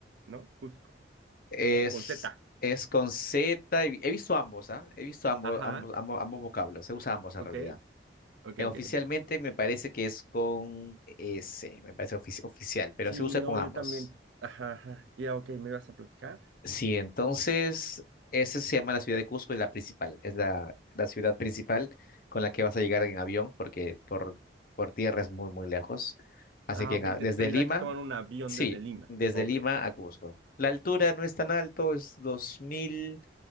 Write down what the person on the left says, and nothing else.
Es,
es con Z. y- He visto ambos, ¿ah? He visto ambos,
ambos, ambos, ambos vocablos. Se usa ambos en
realidad.
Eh,
oficialmente me parece que es con S. Me parece ofici- oficial, pero
se usa
con ambos.
Sí, entonces, esa se llama la ciudad de Cusco, es la principal, es la, la ciudad principal con la que vas a llegar en avión, porque por, por tierra es muy, muy lejos. Así
que
en a-
desde
Lima,
sí,
desde
Lima a Cusco. La altura no es tan alto, es dos mil